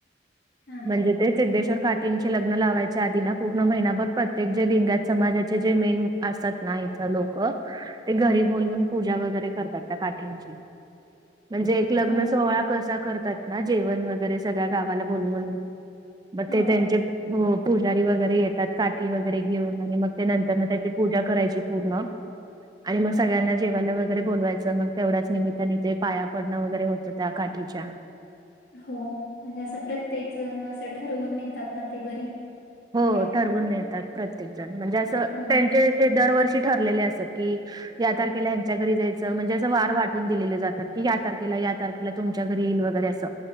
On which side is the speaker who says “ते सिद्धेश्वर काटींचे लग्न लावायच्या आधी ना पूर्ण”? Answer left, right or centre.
Right